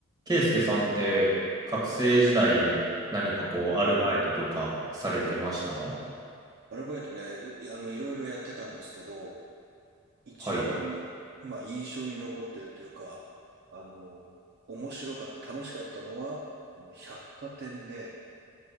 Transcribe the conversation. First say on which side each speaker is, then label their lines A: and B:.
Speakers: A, on the right (about 20°); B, on the right (about 45°).
A: ケイスケさんって学生時代何かこうアルバイトとかされてました
B: アルバイトね、いあの、いろいろやってたんですけど、一番、
A: はい。
B: まあ、印象に残ってるというか、あの、面白かった、楽しかったのは、あの、百貨店で、